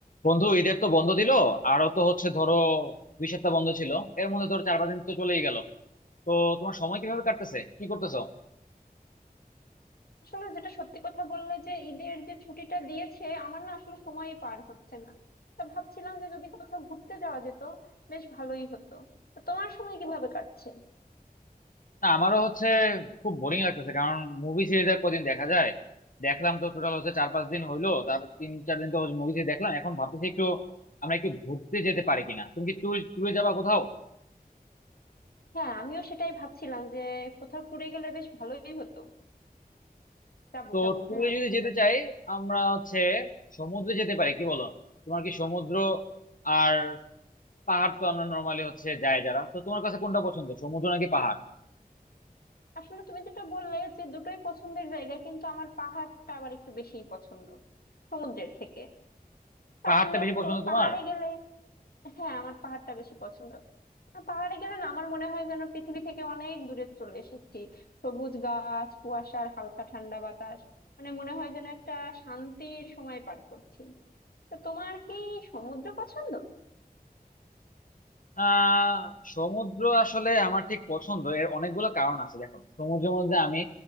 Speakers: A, on the left (about 60°); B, on the left (about 75°).
A: বন্ধু ঈদের তো বন্ধ দিল আরো তো হচ্ছে ধরো দুই সপ্তাহ বন্ধ ছিল এর মধ্যে ধরো চার পাঁচ দিন তো চলেই গেল তো তোমার সময় কিভাবে কাটতেছে কি করতেছো
B: আসলে যেটা সত্যি কথা বললে যে ঈদের যে ছুটিটা দিয়েছে আমার না আসলে সময়ই পার হচ্ছে না তা ভাবছিলাম যে যদি কোথাও ঘুরতে যাওয়া যেত বেশ ভালোই হতো তো তোমার সময় কিভাবে কাটছে
A: না আমারও হচ্ছে খুব বোরিং লাগতেছে কারণ মুভি সিরিজ আর কদিন দেখা যায় দেখলাম তো টোটাল হচ্ছে চার পাঁচ দিন হইলো তারপর তিন চার দিন তো মুভি সিরিজ দেখলাম এখন ভাবতেছি একটু আমরা একটু ঘুরতে যেতে পারি কিনা তুমি কি ট্যুরে ট্যুরে যাবা কোথাও
B: হ্যাঁ আমিও সেটাই ভাবছিলাম যে কোথাও ট্যুরে গেলে বেশ ভালোই হতো যাবো
A: তো
B: যাবো
A: ট্যুরে
B: হ্যাঁ অবশ্যই
A: যদি যেতে
B: যাবো
A: চাই আমরা হচ্ছে সমুদ্রে যেতে পারি কি বলো তোমার কি সমুদ্র আর পাহাড় তো আমরা নরমালি হচ্ছে যায় যারা তো তোমার কাছে কোনটা পছন্দ সমুদ্র নাকি পাহাড়
B: আসলে তুমি যেটা বললে যে দুটোই পছন্দের জায়গা কিন্তু আমার পাহাড়টা আবার একটু বেশিই পছন্দ সমুদ্রের থেকে কারণ
A: পাহাড়টা
B: দেখো
A: বেশি পছন্দ তোমার
B: পাহাড়ে গেলে হ্যাঁ আমার পাহাড়টা বেশি পছন্দ আর পাহাড়ে গেলে না আমার মনে হয় যেন পৃথিবী থেকে অনেক দূরে চলে এসেছি সবুজ গাছ কুয়াশার হালকা ঠান্ডা বাতাস মানে মনে হয় যেন একটা শান্তির সময় পার করছি তো তোমার কি সমুদ্র পছন্দ
A: আহ সমুদ্র আসলে আমার ঠিক পছন্দ এর অনেকগুলো কারণ আছে দেখো সমুদ্রের মধ্যে আমি